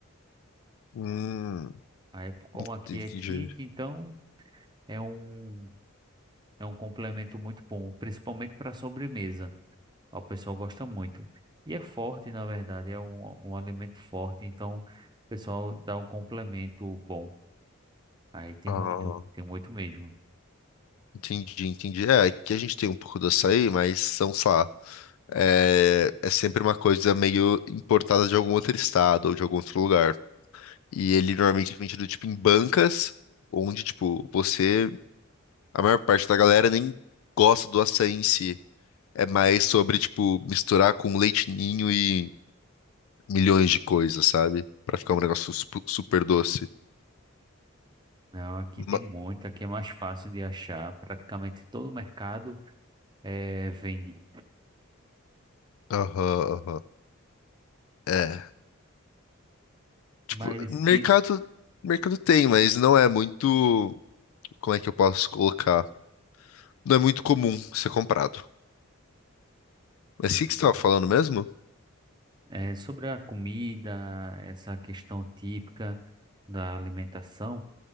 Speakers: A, on the left; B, on the right.
A: Hum,
B: Aí, por- como
A: entendi.
B: aqui é quente, então é um, é um complemento muito bom, principalmente para sobremesa. O pessoal gosta muito. E é forte, na verdade, é um, um alimento forte, então o pessoal dá um complemento bom. Aí tem
A: Ah,
B: muito, tem muito mesmo.
A: entendi, entendi. É, aqui a gente tem um pouco do açaí, mas são, sei lá, é, é sempre uma coisa meio importada de algum outro estado ou de algum outro lugar. E ele normalmente é vendido, tipo, em bancas, onde, tipo, você... A maior parte da galera nem gosta do açaí em si. É mais sobre, tipo, misturar com leite ninho e milhões de coisas, sabe? Pra ficar um negócio sup- super doce.
B: Não, aqui tem
A: Ma-
B: muito, aqui é mais fácil de achar, praticamente todo mercado eh, vende.
A: Aham, aham. É, tipo,
B: Mas
A: mercado,
B: tem
A: mercado tem, mas não é muito... Como é que eu posso colocar? Não é muito comum ser comprado. Mas
B: hum,
A: o que que você tava falando mesmo?
B: eh, sobre a comida, essa questão típica da alimentação,